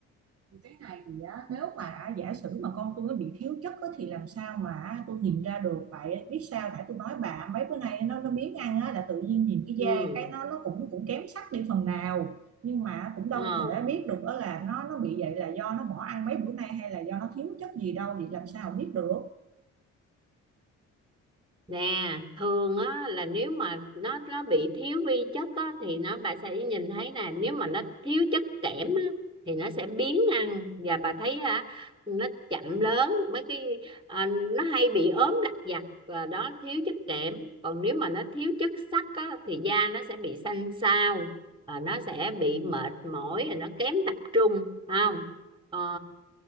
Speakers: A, on the right; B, on the right.
A: cái này thì á, nếu mà giả sử mà con tôi nó bị thiếu chất á, thì làm sao mà tôi nhìn ra được vậy biết sao tại tôi nói bà mấy bữa nay nó nó biếng ăn á, là tự nhiên nhìn cái da
B: ừ
A: cái nó nó cũng cũng kém sắc đi phần nào nhưng mà cũng đâu
B: ờ
A: thể biết được đó là nó nó bị vậy là do nó bỏ ăn mấy bữa nay hay là do nó thiếu chất gì đâu vậy làm sao biết được
B: nè thường á là nếu mà nó nó bị thiếu vi chất á thì nó bà sẽ nhìn thấy nè nếu mà nó thiếu chất kẽm á thì nó sẽ biếng ăn và bà thấy hả nó chậm lớn mấy cái à, nó hay bị ốm lặt vặt và đó thiếu chất kẽm còn nếu mà nó thiếu chất sắt á thì da nó sẽ bị xanh xao và nó sẽ bị mệt mỏi rồi nó kém tập trung phải không Ờ,